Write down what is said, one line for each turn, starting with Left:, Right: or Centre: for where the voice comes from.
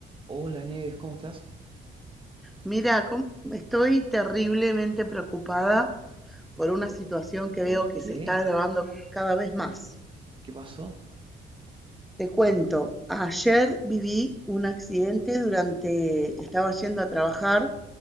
Right: Hola Nieves, ¿cómo estás?
Centre: Mira, com- estoy terriblemente preocupada por una situación que
Right: ¿Por
Centre: veo que
Right: qué?
Centre: se está agravando cada vez más.
Right: ¿Qué pasó?
Centre: Te cuento, ayer viví un accidente durante, estaba yendo a trabajar